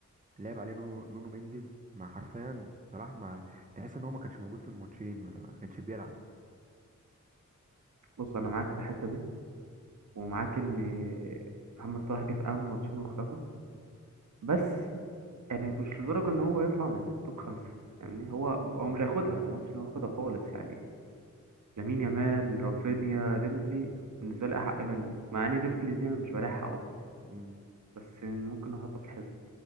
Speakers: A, on the right; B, on the right.
A: لعب عليه نونو نونو مينديز مع حرفيا صلاح ما تحس ان هو ما كانش موجود في الماتشين ما ما كانش بيلعب
B: بص أنا معاك في الحتة دي ومعاك إن محمد صلاح جه في أهم ماتشين واختفى بس يعني مش لدرجة إن هو يطلع من توب خمسة يعني هو هو مش هياخدها أنا ما قلتش إن هو هياخدها خالص يعني لامين يامال رافينيا ديمبلي بالنسبة لي أحق منه مع إن ديمبلي دي أنا مش بريح حقه أصلا
A: امم
B: بس ممكن أحطه في الحزب